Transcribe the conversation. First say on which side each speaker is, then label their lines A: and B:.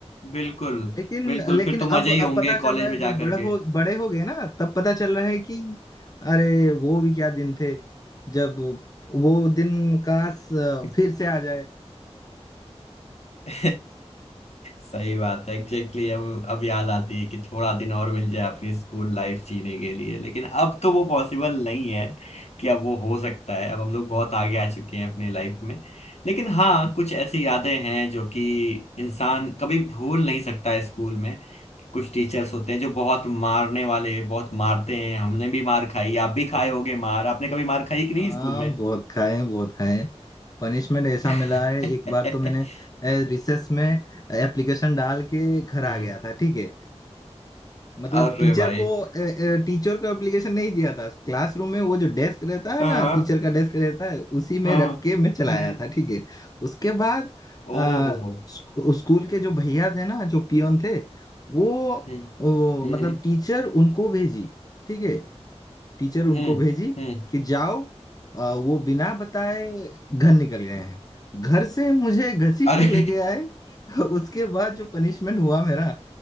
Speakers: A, on the left; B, on the left.
A: बिल्कुल
B: लेकिन
A: बिल्कुल
B: लेकिन
A: फिर तो मजे
B: अब
A: ही होंगे
B: अब पता
A: कॉलेज
B: चल रहा है
A: में जा
B: जब बड़े
A: करके
B: हो बड़े हो गए ना तब पता चल रहा है कि अरे वो भी क्या दिन थे जब वो दिन काश अ,
A: <laughs>
B: फिर से आ जाए
A: <laughs> सही बात है एग्जैक्टली अब अब याद आती है कि थोड़ा दिन और मिल जाए अपनी स्कूल लाइफ जीने के लिए लेकिन अब तो वो पॉसिबल नहीं है कि अब वो हो सकता है अब हम लोग बहुत आगे आ चुके हैं अपनी लाइफ में लेकिन हाँ कुछ ऐसी यादें हैं जो कि इंसान कभी भूल नहीं सकता है स्कूल में कुछ टीचर्स होते हैं जो बहुत मारने वाले बहुत मारते हैं हमने भी मार खाई आप भी खाए होगे मार आपने कभी मार खाई कि नहीं
B: हाँ
A: स्कूल में
B: बहुत खाए हैं बहुत खाए हैं पनिशमेंट ऐसा
A: <laughs>
B: मिला है एक बार तो मैंने रिसेस में एप्लीकेशन डाल के घर आ
A: हम्म,
B: गया था ठीक है मतलब
A: अरे
B: टीचर
A: भाई
B: को टीचर को एप्लीकेशन नहीं दिया था क्लासरूम में वो जो डेस्क रहता है
A: हाँ
B: ना टीचर का डेस्क रहता है उसी में
A: हाँ
B: रख
A: हाँ,
B: के मैं चलाया
A: हम्म
B: था ठीक है उसके बाद अ,
A: ओ हो हो
B: स्कू- स्कूल के जो भैया थे ना जो पियोन थे वो,
A: हम्म
B: वो
A: हम्म
B: मतलब टीचर उनको भेजी ठीक है टीचर उनको
A: हम्म
B: भेजी
A: हम्म
B: कि जाओ अ, वो बिना बताए घर निकल गए हैं घर से मुझे घसीट
A: अरे
B: के लेके आए <laughs> उसके बाद जो पनिशमेंट हुआ मेरा